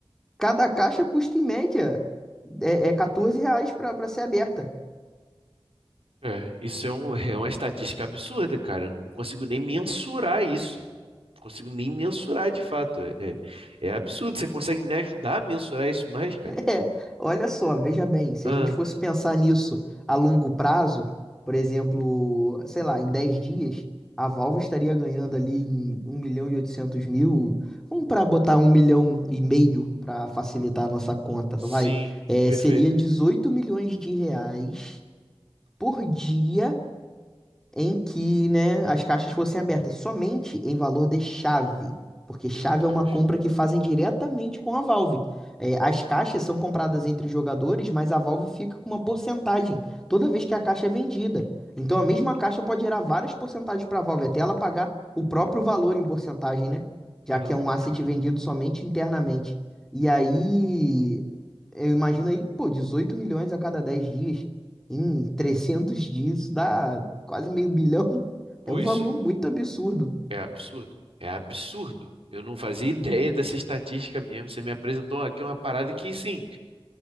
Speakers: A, in the centre; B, on the right.
A: Cada caixa custa em média é, é 14 reais para ser aberta. <laughs>
B: É, isso é, um, <laughs> é uma estatística absurda, cara. Eu não consigo nem mensurar isso. Não consigo nem mensurar de fato. É, é, é absurdo. Você consegue me ajudar a mensurar isso mais, cara?
A: É, olha só, veja bem, se
B: Ah,
A: a gente fosse pensar nisso a longo prazo, por exemplo, sei lá, em 10 dias, a Valve estaria ganhando ali em 1 milhão e oitocentos mil. Vamos para botar um milhão e meio para facilitar a nossa conta,
B: sim,
A: vai. É,
B: perfeito.
A: seria 18 milhões de reais por dia em que, né, as caixas fossem abertas somente em valor de chave, porque
B: Meu
A: chave
B: Deus.
A: é uma compra que fazem diretamente com a Valve. É, as caixas são compradas entre jogadores, mas a Valve fica com uma porcentagem toda vez que a caixa é vendida. Então a mesma caixa pode gerar várias porcentagens para a Valve, até ela pagar o próprio valor em porcentagem, né? Já
B: Caramba,
A: que é um asset
B: cara.
A: vendido somente internamente. E aí, eu imagino aí, pô, 18 milhões a cada 10 dias. Em 300 dias dá quase meio bilhão.
B: Pô,
A: É um
B: isso
A: valor muito absurdo.
B: É absurdo. É absurdo. Eu não fazia <laughs> ideia dessa estatística mesmo. Você me apresentou aqui uma parada que, sim,